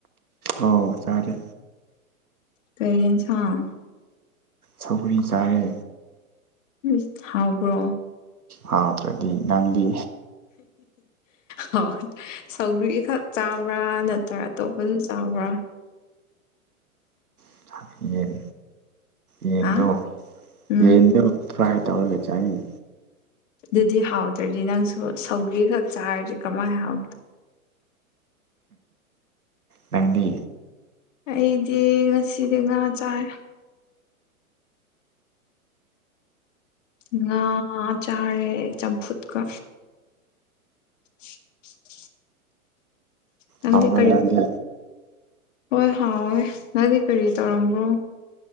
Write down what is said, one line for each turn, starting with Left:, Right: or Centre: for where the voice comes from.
Right: ꯑꯥꯎ ꯆꯥꯔꯦ
Left: ꯀꯩ ꯌꯦꯟꯁꯥꯡ
Right: ꯁꯧꯒ꯭ꯔꯤ ꯆꯥꯌꯦ
Left: ꯃꯤꯁ ꯊꯥꯎꯕ꯭ꯔꯣ
Right: ꯍꯥꯎꯇ꯭ꯔꯗꯤ ꯅꯪꯗꯤ
Left: ꯍꯥꯎ ꯁꯧꯒ꯭ꯔꯤ ꯈꯛ ꯆꯥꯕ꯭ꯔ ꯅꯠꯇ꯭ꯔꯒ ꯑꯇꯣꯞꯄꯖꯨ ꯆꯥꯕ꯭ꯔ
Right: <unintelligible> ꯌꯦꯟ ꯌꯦꯟꯗꯣ
Left: ꯍꯥ ꯎꯝ
Right: ꯌꯦꯟꯗꯣ ꯐ꯭ꯔꯥꯏ ꯇꯧꯔꯒ ꯆꯥꯏꯌꯦ
Left: ꯗꯨꯗꯤ ꯍꯥꯎꯇ꯭ꯔꯗꯤ ꯅꯪꯁꯨ ꯁꯧꯒ꯭ꯔꯤ ꯈꯛ ꯆꯥꯔꯗꯤ ꯀꯃꯥꯏ ꯍꯥꯎ
Right: ꯅꯪꯗꯤ
Left: ꯑꯩꯗꯤ ꯉꯁꯤꯗꯤ ꯉꯥ ꯆꯥꯏ ꯉꯥ ꯆꯥꯔꯦ ꯆꯝꯐꯨꯠꯀ <unintelligible> ꯅꯪꯗꯤ
Right: ꯍꯥꯎꯕ꯭ꯔꯥ
Left: ꯀꯔꯤ
Right: ꯅꯪꯗꯤ
Left: ꯍꯣꯏ ꯍꯥꯎꯋꯦ ꯅꯪꯗꯤ ꯀꯔꯤ ꯇꯧꯔꯝꯕꯣ